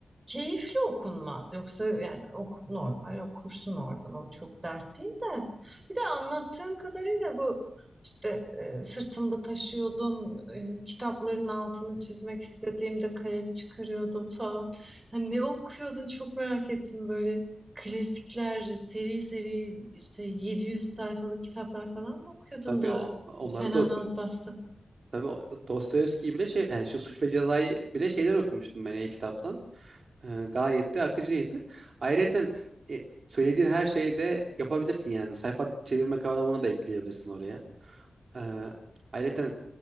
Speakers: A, on the right; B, on the right.
A: Keyifli okunmaz. Yoksa yani ok normal okursun oradan. O çok dert değil de. Bir de anlattığın kadarıyla bu işte e, sırtımda taşıyordum, e, kitapların altını çizmek istediğimde kalem çıkarıyordum falan. Hani ne okuyordun çok merak ettim böyle klasikler, seri seri işte 700 sayfalık kitaplar falan mı okuyordun
B: Tabii
A: da
B: on- onları
A: fenalık
B: da oku.
A: bastı?
B: Tabii o- Dostoyevski'yi bile şey yani şu Suç ve Ceza'yı bile şeyden okumuştum ben e-kitaptan. E, gayet de akıcıydı. Ayrıca e, söylediğin her şeyi de yapabilirsin yani. Sayfa çevirme kavramını da ekleyebilirsin oraya. Ee, ayrıca